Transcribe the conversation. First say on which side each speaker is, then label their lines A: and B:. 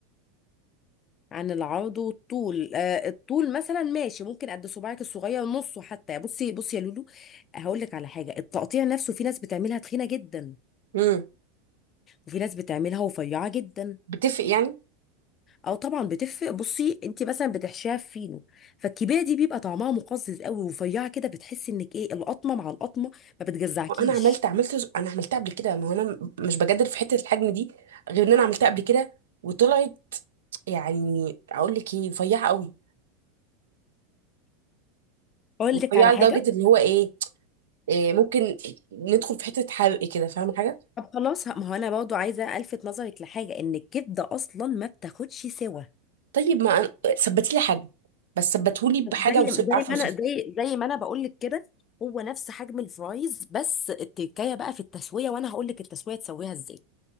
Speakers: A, on the left; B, on the right.
A: عن العرض والطول آه الطول مثلا ماشي ممكن قد صباعك الصغير نصه حتى بصي بصي يا لولو هقول لك على حاجه التقطيع نفسه في ناس بتعملها تخينه جدا
B: امم
A: وفي ناس بتعملها رفيعه جدا
B: بتفرق يعني
A: او طبعا بتفرق بصي انت مثلا بتحشيها في فينو فالكبيره دي بيبقى طعمها مقزز قوي ورفيعه كده بتحسي انك ايه القطمه مع القطمه ما بتجزعكيش
B: انا عملت عملت انا عملتها قبل كده ما هو انا مش بجادل في حتة الحجم دي غير ان انا عملتها قبل كده وطلعت يعني اقول لك ايه رفيعة قوي
A: اقول
B: رفيعة
A: لك على حاجه
B: لدرجة اللي هو ايه, إيه ممكن ندخل في حتة حرق كده فاهمة حاجة
A: طب خلاص ما هو انا برضه عايزه الفت نظرك لحاجه ان الكبده اصلا ما بتاخدش سوا
B: طيب ما أنا- ثبتي لي حجم بس ثبتهولي بحاجه
A: زي
B: وص...
A: زي
B: عارفه اوصفها
A: ما انا زي زي ما انا بقول لك كده هو نفس حجم الفرايز بس التكايه بقى في التسويه وانا هقول لك التسويه تسويها ازاي